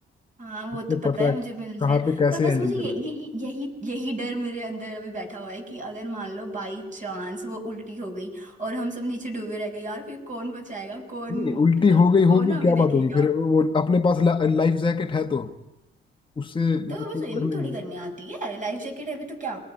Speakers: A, on the right; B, on the left.
A: हाँ वो
B: उसको
A: तो पता
B: पता
A: है
B: है
A: मुझे मिलते
B: कहाँ
A: हैं
B: पे कैसे
A: पर बस
B: हैंडल
A: मुझे ये
B: करना
A: यही
B: है
A: यही यही डर मेरे अंदर अभी बैठा हुआ है कि अगर मान लो बाई चांस वो उल्टी हो गई और हम सब नीचे डूबे रह गए यार फिर कौन बचाएगा कौन
B: नहीं
A: मतलब
B: उल्टी हो गई
A: कौन
B: होगी
A: हमें
B: क्या
A: देखेगा
B: बात होगी फिर वो अपने पास ला, लाइफ जैकेट है तो उससे
A: तो
B: swim
A: हमें स्विमिंग
B: कर लेंगे
A: थोड़ी
B: ना
A: करनी आती है लाइफ जैकेट है भी तो क्या